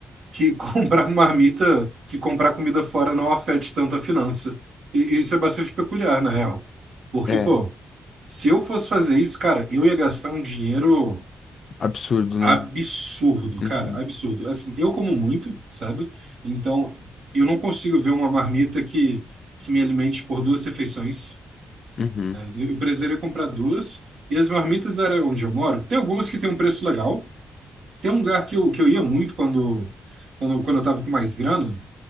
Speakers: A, on the right; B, on the left.
A: que <laughs> comprar marmita, que comprar comida fora não afete tanto a finança. E e isso é bastante peculiar, na real. Porque,
B: É, é,
A: pô, se eu fosse fazer isso, cara, eu ia gastar um dinheiro
B: absurdo,
A: absurdo,
B: né? Uhum.
A: cara, absurdo. Assim, eu como muito, sabe? Então, eu não consigo ver uma marmita que, que me alimente por duas refeições.
B: Uhum,
A: Eu eu precisaria comprar duas. E as marmitas era onde eu moro, tem algumas que tem um preço legal. Tem um lugar que eu, que eu ia muito quando, quando, quando eu tava com mais grana,